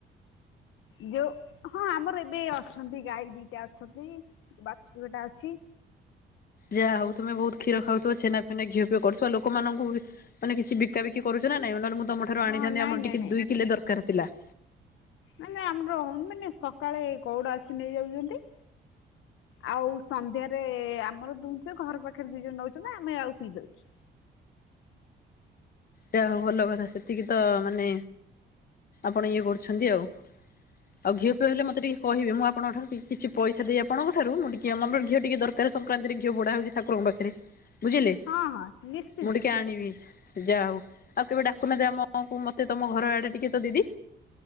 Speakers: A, on the left (about 85°); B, on the left (about 50°).
A: ଯୋଉ ହଁ ଆମର ଏବେ ଅଛନ୍ତି ଗାଈ ଦିଟା ଅଛନ୍ତି ବାଛୁରୀ ଟା ଅଛି।।
B: ଯାହା ହଉ ତମେ ବହୁତ କ୍ଷୀର ଖାଉଥିବ ଛେନା ଫେନା ଘିଅ ପିଅ କରୁଥିବ ଲୋକମାନଙ୍କୁ ମାନେ କିଛି ବିକା ବିକି କରୁଚ ନାଇ ନହେଲେ ମୁଁ ତମ ଠାରୁ
A: ହଁ
B: ଆଣିଥାନ୍ତି
A: ନାଇଁ
B: ଆମର
A: ନାଇଁ
B: ଟିକେ
A: ନାଇଁ
B: ଦୁଇ କିଲୋ ଦରକାର ଥିଲା?
A: ମାନେ ଆମର ମାନେ ସକାଳେ ଗଉଡ଼ ଆସି ନେଇଯାଉଚନ୍ତି। ଆଉ ସନ୍ଧ୍ୟାରେ ଆମର ଦୁଛ ଘର ପାଖରେ ଦି ଜଣ ନଉଚନ୍ତି ଆମେ ଆଉ ପିଇ ଦଉଚୁ।
B: ଯାହା ହଉ ଭଲ କଥା ସେତିକି ତ ମାନେ ଆପଣ ଇଏ କରୁଛନ୍ତି ଆଉ। ଆଉ ଘିଅ ପିଅ ହେଲେ ମତେ ଟେକେ କହିବେ ମୁ ଆପଣଙ୍କ ଠାରୁ କିଛି ପଇସ ଦେଇ ଆପଣଙ୍କ ଠାରୁ ମୁଁ ଟିକେ ଆମର ଘିଅ ଟିକେ ଦର ତାର ସଂକ୍ରାନ୍ତିରେ ଘିଅ ପୋଡ଼ା ହଉଚି ଠାକୁରଙ୍କ ପାଖରେ ବୁଝିଲେ
A: ହଁ ହଁ ନିଶ୍ଚିନ୍ତ
B: ମୁଁ ଟିକେ ଆଣିବି? ଯାହା ହଉ ଆଉ କେବେ ଡାକୁ ନାହାନ୍ତି ଆମକୁ ମତେ ତମ ଘର ଆଡେ ଟିକେ ତ ଦିଦି?